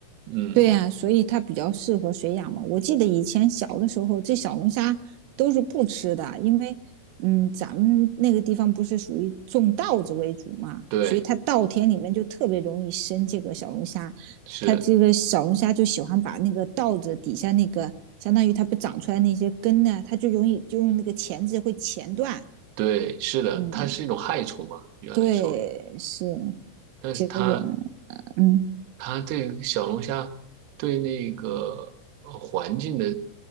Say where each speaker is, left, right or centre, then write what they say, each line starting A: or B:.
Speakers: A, on the right; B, on the right.
A: 嗯，
B: 对呀、所以它比较适合水养嘛。我记得以前小的时候，这小龙虾都是不吃的，因为嗯，咱们那个地方不是属于种稻子为主嘛，
A: 对，
B: 所以它稻田里面就特别容易生这个小龙虾。
A: 是，
B: 它这个小龙虾就喜欢把那个稻子底下那个，相当于它不长出来那些根呢，它就容易就用那个钳子会钳断。
A: 对，是的，
B: 嗯，
A: 它是一种害虫嘛，原来说，
B: 对，是
A: 但是它
B: 结果，嗯，
A: 它这个小龙虾对那个呃环境的